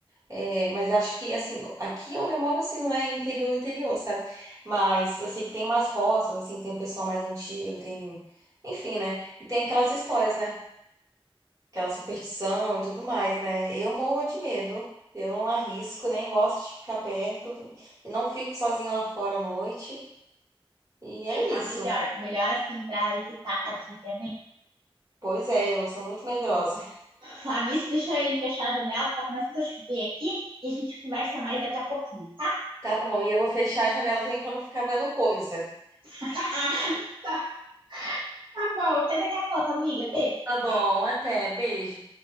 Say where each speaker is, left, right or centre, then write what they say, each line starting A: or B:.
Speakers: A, on the right; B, on the right.
A: É, mas eu acho que, assim, aqui onde eu moro, assim, não é interior, interior, sabe? Mas eu sei que tem umas roças, assim, tem um pessoal mais antigo, tem... Enfim, né? E tem aquelas histórias, né? Aquela superstição e tudo mais, né? Eu morro de medo. Eu não arrisco, nem gosto de ficar perto. E não fico sozinha lá fora à noite. E é
B: A
A: isso.
B: melhor, melhor assim, pra evitar a fadiga, né?
A: Pois é, eu sou muito medrosa.
B: Falar nisso, deixa ele fechar a janela, tá começando a chover aqui e a gente conversa mais daqui a pouquinho, tá?
A: Tá bom, e eu vou fechar a janela também pra não ficar vendo coisa.
B: <laughs> Tá Tá bom, até daqui a pouco, amiga. Beijo.
A: Tá bom, até. Beijo.